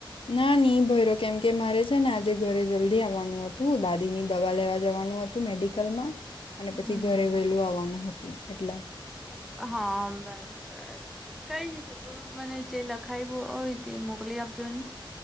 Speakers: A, on the left; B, in the centre.
A: ના ની ભઈરો કેમ કે મારે છે ને આજે ઘરે જલ્દી આવવાનું હતું દાદી ની દવા લેવા જવાનું હ તુ મેડિકલમાં અને પછી
B: હમ
A: ઘરે વહેલું આવવાનું હતું એટલા.
B: હા આમ બરાબર. કઈ નઈ તો તું મને જે લખાયવુ હોય તે મોકલી આપજો ની.